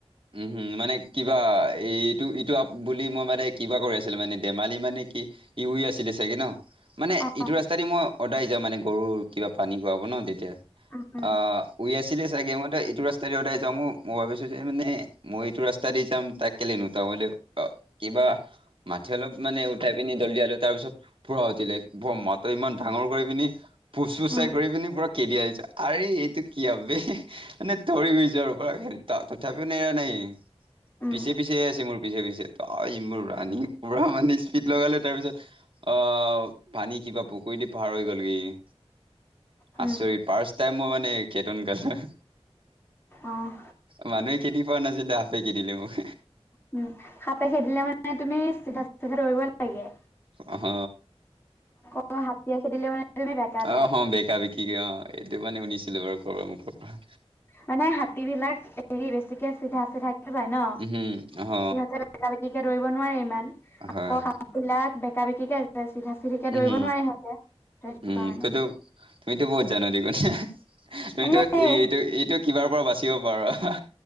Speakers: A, on the right; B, on the left.
A: উম, হম মানে কিবা এই ইটো ইটো আপ বুলি মই মানে কিবা কৰি আছিলো মানে ধেমালি মানে কি ই উই আছিল চাগে ন মানে
B: অ',
A: এইটো ৰাস্তা দি মই সদায় যাওঁ মানে গৰুৰ কিবা পানী খোৱাব ন তেতিয়া।
B: উম, উম,
A: অ শুই আছিলে চাগে মই এইটো ৰাস্তাৰে সদাই যাও মই ভাবিছো যে মানে মই এইটো ৰাস্তাই দি যাম তাক কেলে নোঠাম বুলি কিবা মাটি অলপ মান উথাই পিনি দলিয়ালো তাৰপিছত পুৰা উঠিলে ব মা তই ইমান ডাঙৰ কৰি পিনি ফুচ ফুচাই
B: উম,
A: কৰি পিনি পুৰা কেতিয়া আইছা আৰে এইটো কি আবে মানে তৰি গৈছে আৰু পা তথাপ টো এৰা নাই
B: উম,
A: পিছে পিছে আছে মোৰ পিছে পিছে ত ই মোৰ ৰানি পুৰা মানে স্পিদ লগালো তাৰ পিছত অ পানী কিবা পুখুৰী দি পাৰ হৈ গ'লগে ই
B: উম,
A: আচৰিত ফাৰ্চ টাইম মই মানে খেদন‌ খালা
B: অ',
A: মানুহে খেদি পোৱা নাছিলে সাপে খেদিলে মোক
B: উম সাপে খেদিলে মানে তুমি চিধা চিধা দৌৰিব লাগে
A: অ হ
B: আৰু হাতীয়ে খেদিলে মানে তুমি বেকা তেৰকে
A: অ হ বেকা বেকি অ এইটো মানে শুনিছিলো বাৰু কৰবাৰ মুখৰ পৰা
B: মানে হাতী বিলাক হেৰি বেছিকে চিধা চিধাকে যায় ন
A: উম অহ
B: সিহঁতে বেকা বেকিকে দৌৰিব নোৱাৰে ইমান
A: হয়
B: সাপবিলাক বেকা বেকীকে আছে চিধা চিধিকে দৌৰিব
A: উম
B: নোৱাৰে সিঁহতে সেইটো
A: উম
B: কাৰণে
A: ততো তুমিতো বহুত জান দেখোন তুমিতো
B: সেই
A: এইটো এইটো কিবাৰ পৰা বাচ চিব পাৰা